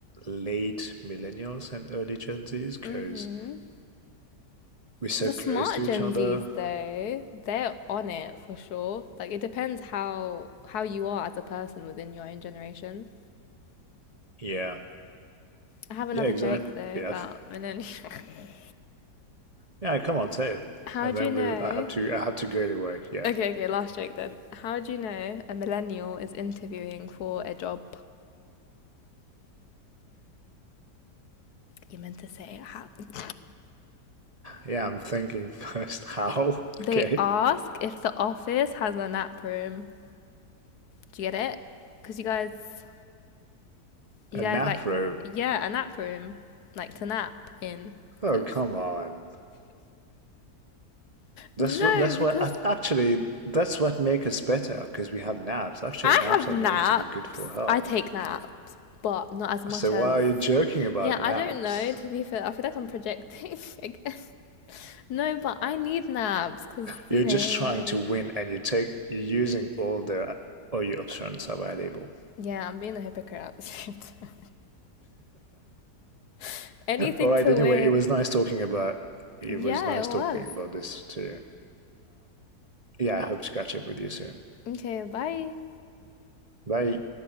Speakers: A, on the right (about 40°); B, on the left (about 70°).
A: late millennials and early Gen Zs because
B: hmm
A: we're so
B: The
A: close
B: smart
A: to each
B: Gen
A: other.
B: Zs though, they're on it for sure. Like it depends how how you are as a person within your own generation.
A: Yeah,
B: I have another
A: yeah, exactly.
B: joke though
A: Yeah,
B: about
A: th-
B: millennials.
A: yeah. Come on, say it,
B: <laughs> how
A: and
B: do
A: then
B: you know
A: we'll. I have to. I have to go anyway. Yeah,
B: Okay, okay, last joke then. How do you know a millennial is interviewing for a job? You meant to say it how. <laughs>
A: yeah. I'm thinking first. <laughs> How?
B: They
A: Okay,
B: ask if the office has a nap room. Do you get it? Because you guys, you
A: a
B: guys
A: nap
B: like,
A: room.
B: yeah, a nap room. Like to nap in. Because,
A: Oh, come on. That's
B: no,
A: what. That's
B: because
A: what. ac- Actually, that's what makes us better because we have naps. Actually,
B: I
A: naps
B: have
A: are
B: naps.
A: known to be good for health.
B: I take naps, but not as much
A: So
B: as.
A: why are you joking about
B: Yeah,
A: naps?
B: I don't know, to be fair. I feel like I'm projecting <laughs> again. No, but I need naps because,
A: You're
B: you know,
A: just trying to win and you take you're using all the all your options available.
B: Yeah, I'm being a hypocrite at the same time. <laughs> Anything
A: Alright,
B: to
A: anyway,
B: win.
A: it was nice talking about it
B: Yeah,
A: was nice
B: it was.
A: talking about this to you. Yeah, I hope to catch up with you soon.
B: Okay, bye.
A: Bye.